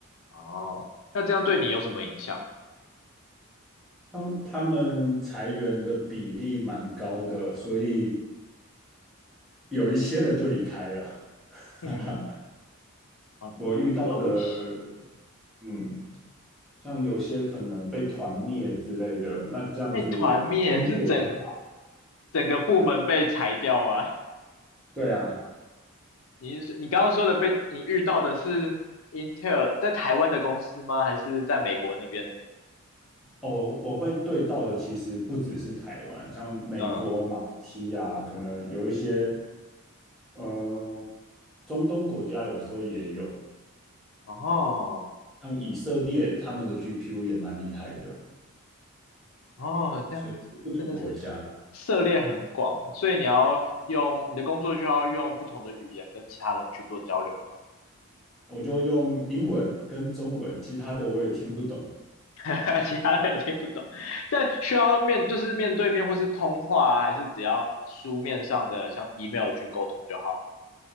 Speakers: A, on the left; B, in the centre.
A: 哦，那这样对你有什么影响？
B: 他他们裁员的比例蛮高的，所以有一些人就离开了。<laughs>
A: 嗯，啊，
B: 我遇到的，
A: 有一些，
B: 嗯，
A: 嗯，
B: 像有些可能被团灭之类的，那这样子
A: 被团灭是怎？
B: 工作就很，
A: 整个部门被裁掉吗？
B: 对啊。
A: 你是你刚刚说的被你遇到的是 Intel 在台湾的公司吗？还是在美国那边？
B: 哦，我会对到的其实不只是台湾，像美国、
A: 嗯，
B: 马来西亚，可能有一些呃中东国家有时候也有，
A: 哦
B: 像以色列他们的 GPU 也蛮厉害的，
A: 哦，这样真的是
B: 所以是不同国家。
A: <laughs> 很涉猎很广啊，所以你要用你的工作就要用不同的语言跟其他人去做交流嘛，
B: 我就用英文跟中文，其他的我也听不懂。
A: <laughs> 其他人也听不懂。但需要面就是面对面或是通话啊，还是只要书面上的像 email 去沟通就好？